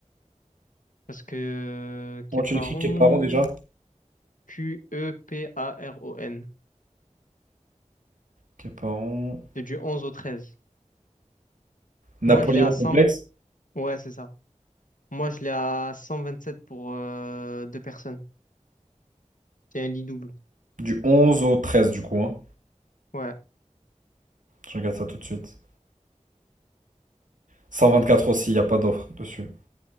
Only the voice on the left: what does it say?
Parce que
Keparon,
Q-E-P-A-R-O-N.
C'est du onze au treize.
Moi, je l'ai à cent.
Ouais, c'est ça. Moi, je l'ai à 127 pour euh, deux personnes. C'est un lit double.
Ouais.